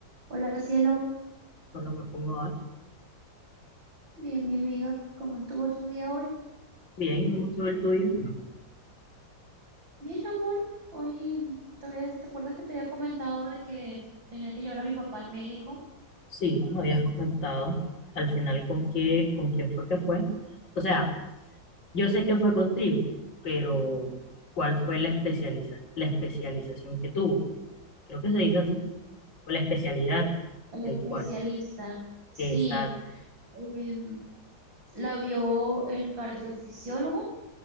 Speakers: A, on the right (about 85°); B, on the left (about 80°).
A: Hola cielo,
B: Problema con Oash.
A: bien mi vida, ¿cómo estuvo tu día hoy?
B: Bien, ¿cómo estuvo el tuyo?
A: Bien amor, hoy todavía te acuerdas que te había comentado de que tenía que llevar a mi papá al médico,
B: Sí, como habías comentado, al final con qué, con quién fue que fue. O sea, yo sé que fue contigo, pero ¿cuál fue la especializa la especialización que tuvo? Creo que se dice así, o la especialidad,
A: al
B: el
A: especialista.
B: cual.
A: Sí,
B: Exacto,
A: em, la vio el cardiofisiólogo,